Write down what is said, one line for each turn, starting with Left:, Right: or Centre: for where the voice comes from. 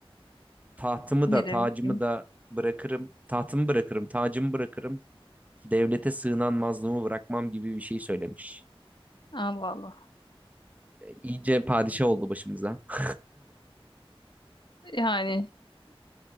Right: Tahtımı
Left: Ne
Right: da tacımı
Left: demiştin?
Right: da bırakırım. Tahtımı bırakırım, tacımı bırakırım. Devlete sığınan mazlumu bırakmam gibi bir şey söylemiş.
Left: Allah Allah.
Right: İyice padişah oldu başımıza. <laughs>
Left: Yani